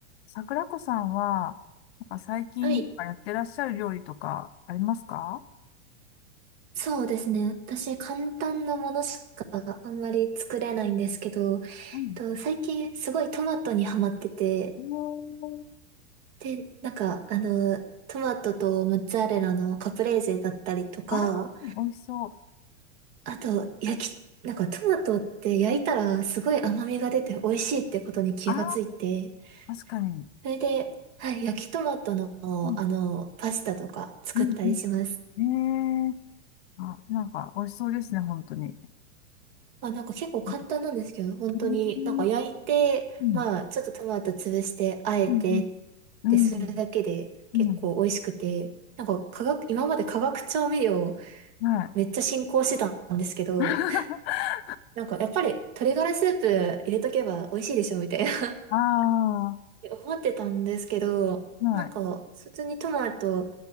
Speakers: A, on the left; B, on the right.
A: 桜子さんは、なんか最近なんかやってらっしゃる料理とかありますか
B: はい。そうですね。私、簡単なものしかあんまり作れないんですけど、えっと、
A: うん。
B: 最近すごいトマトにハマってて、
A: おー、
B: で、なんか、あの、トマトとモッツァレラのカプレーゼだったりとか、
A: あー、美味しそう。
B: あと、焼き、なんかトマトって焼いたらすごい甘みが出て美味しいってことに気がついて、
A: あー、確かに。
B: それで、はい、焼きトマトの、
A: うん、
B: あの、パスタとか作ったりします。
A: うん、うん。えー、あ、なんか美味しそうですね、本当に。
B: あ、なんか結構簡単なんですけど、
A: う
B: 本当に、
A: ん、うん、
B: なんか焼いて、
A: うん、
B: まあ、ちょっとトマト潰して、あえて
A: うん、
B: ってするだけで結構美味しくて、
A: うん、うん
B: なんか化学、今まで化学調味料
A: はい。
B: めっちゃ進行してたんですけど、
A: <laughs>
B: なんかやっぱり鶏ガラスープ入れとけば美味しいでしょみたいな
A: ああ、
B: 思ってたんですけど、
A: はい。
B: なんか、普通にトマト、